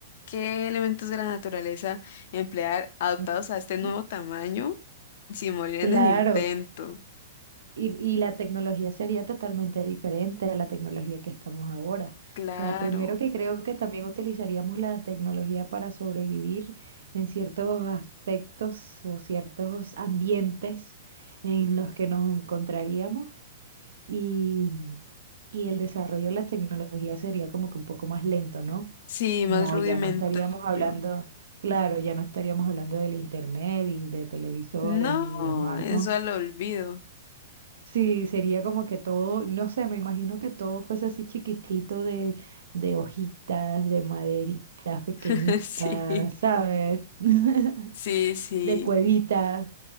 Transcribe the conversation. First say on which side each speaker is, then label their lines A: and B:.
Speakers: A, on the left (about 60°); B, on the right (about 80°).
A: qué elementos de la naturaleza emplear adaptados
B: ujú.
A: a este nuevo tamaño sin morir
B: Claro,
A: en el intento.
B: Y, y la tecnología sería totalmente diferente a la tecnología que estamos ahora.
A: Claro,
B: O sea, primero que creo que también utilizaríamos la tecnología para sobrevivir en ciertos aspectos o ciertos ambientes en los que nos encontraríamos y, y el desarrollo de la tecnología sería como que un poco más lento, ¿no?
A: sí, más
B: No,
A: rudimentario.
B: ya no estaríamos hablando, claro, ya no estaríamos hablando del internet y de televisores
A: No,
B: ni de smartphones
A: eso al olvido.
B: Sí, sería como que todo, no sé, me imagino que todo fuese así chiquitito de, de hojitas, de maderitas pequeñitas,
A: <laughs> Sí.
B: ¿sabes? <laughs>
A: Sí, sí.
B: De cuevitas,